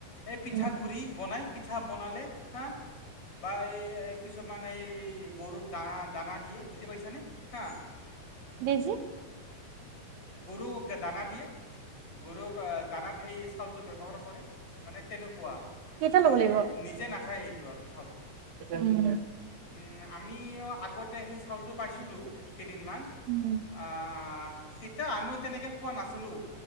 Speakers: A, on the left; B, on the right.
A: এই পিঠাগুৰি
B: উম
A: বনাই পিঠা বনালে হা বা এই কিছুমান এই গৰুক দানা দানা দিয়ে বুজি পাইছানে হা
B: বেজি
A: গৰুক দানা দিয়ে গৰুক দানা খাই চাউলটো ব্যৱহাৰ কৰে মানে তেনেকুৱা
B: কেইটা ল'ব
A: মানে
B: লাগিব
A: নিজে নাখায় সেইটো আৰু চাউলটো
B: উম
A: উম আমি আগতে সেই চাউলটো পাইছিলোঁ কেইদিনমান।
B: <unintelligible>
A: অহ তেতিয়া আমিও তেনেকৈ খোৱা নাছিলোঁ